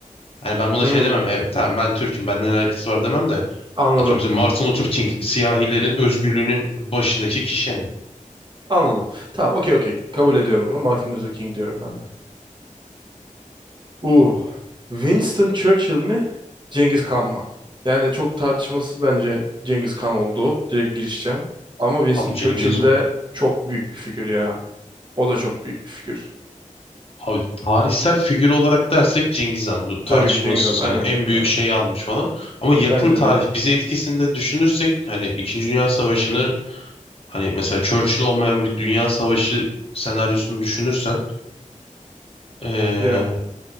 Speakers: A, on the left; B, on the right.
A: Hani ben buna
B: Hı.
A: şey demem. Evet tamam ben Türk'üm benden alakası var demem de.
B: Anladım.
A: Atıyorum mesela Martin Luther King siyahilerin özgürlüğünün başındaki kişi yani.
B: Anladım. Tamam okey okey. Kabul ediyorum bunu. Martin Luther King diyorum ben de. Uh. Winston Churchill mi? Cengiz Kan mı? Yani çok tartışmasız bence Cengiz Kan olduğu. Direkt girişeceğim. Ama Winston
A: Abi
B: Churchill
A: Cengiz Han.
B: de çok büyük bir figür ya. O da çok büyük bir figür.
A: Abi tarihsel figür olarak dersek Cengiz Han bu tartışmasız
B: Tabii ki Cengiz Han. Aynen.
A: hani en büyük
B: aynen.
A: şeyi almış falan. Ama yakın
B: Bence
A: tarih
B: de.
A: bize etkisini de düşünürsek hani İkinci Dünya Savaşı'nı hani mesela Churchill olmayan bir dünya savaşı senaryosunu düşünürsen eee,
B: Ya.